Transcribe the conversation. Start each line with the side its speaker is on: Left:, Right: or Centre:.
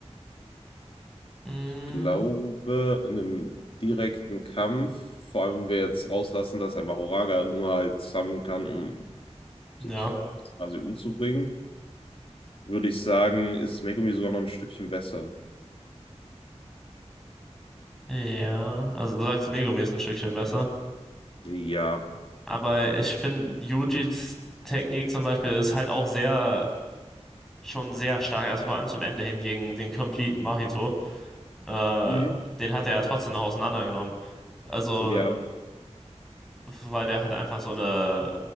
Centre: Mm,
Left: glaube, in einem direkten Kampf, vor allem wenn wir jetzt rauslassen, dass er Mahoraga nur halt summonen kann, um
Centre: ja.
Left: sich quasi umzubringen, würde ich sagen, ist Megumi sogar noch ein Stückchen besser.
Centre: Ja. Also du sagst, Megumi ist ein Stückchen besser.
Left: Ja,
Centre: Aber ich finde, Yujis Technik zum Beispiel ist halt auch sehr, schon sehr stark. Also vor allem zum Ende hin gegen den Complete Mahito. Äh,
Left: Mhm.
Centre: den hat er ja trotzdem noch auseinandergenommen. Also
Left: ja,
Centre: weil der halt einfach so eine